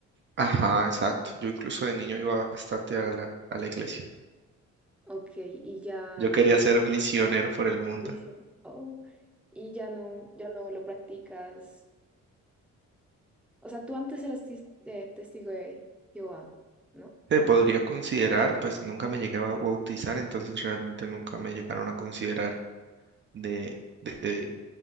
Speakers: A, on the right; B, in the centre.
A: Ajá, exacto. Yo incluso de niño iba bastante a la, a la iglesia.
B: Ok, y ya,
A: Yo quería ser misionero por el mundo.
B: dicen, oh, y ya no, ya no lo practicas. O sea, tú antes eras tis- eh, testigo de Jehová, ¿no?
A: Se podría considerar, pues nunca me llegué a bautizar, entonces realmente nunca me llegaron a considerar de, de- de-